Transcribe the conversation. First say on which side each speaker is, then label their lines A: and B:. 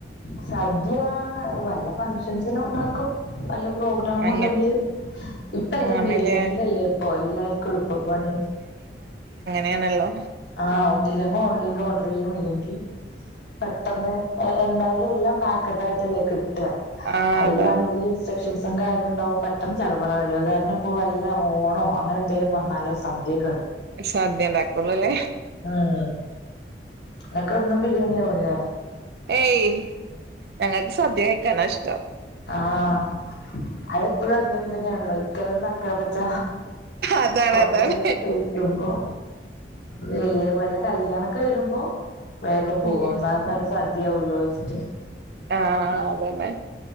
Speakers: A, on the left; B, on the right.
A: സാദ്യ <unintelligible> വല്ല ഫങ്ക്ഷൻസു നും ഒണ്ടാക്കും വല്ല പ്രോഗ്രാമും
B: അങ്ങ
A: ഒണ്ടങ്കിൽ ഇപ്പം എല്ലാം
B: ആണല്ലേ
A: ബിരിയാണിയിലല്ലേ ഇപ്പൊ എല്ലാർക്കും എളുപ്പ പണി
B: വേണോല്ലോ
A: ആഹ് ഒന്നിലും കോളി ഓഡറ് ചെയ്യും ഇല്ലെങ്കി പെട്ടന്ന് എന്തായാലും എല്ലാം പാക്കറ്റ് ആയിട്ടല്ലേ കിട്ട്കാ
B: ആഹ്
A: അയിലാണെങ്കി
B: അതാണ്
A: ഇൻസ്‌ട്രേക്ഷൻ സ് കാര്യോം ഒണ്ടാകും പെട്ടന്ന് ചടപട കഴിയും അത് കാരണം ഇപ്പോ വ ല്ല ഓണാവോ അങ്ങനെന്തേലും വന്ന ന്നാലും സദ്യ
B: സദ്യ ഒണ്ടാ കൊള്ളുല്ലേ
A: ഉം നിനക്ക് എന്നും ബിരിയാണി ആവുംല്ലേ
B: ഏയ് ഞങ്ങക്ക് സദ്യ കഴിക്കാനാ ഇഷ്ട്ടം
A: ആഹ് അത് എപ്പഴും അങ്ങനെ തന്നെയാണല്ലോ നക്കരം നക്കാ പച്ച
B: അതാണ്
A: കുറെ
B: അതാണ്
A: കഴിക്കുമ്പോൾ വലിയ വല്ല കല്യാണം ഒക്കെ വരുമ്പോ വേഗം പോകും
B: ഉം
A: കാരണം നല്ല സദ് ദ്യ ആവുല്ലോ വെച്ചിട്ട്
B: ആഹ് അതന്നെ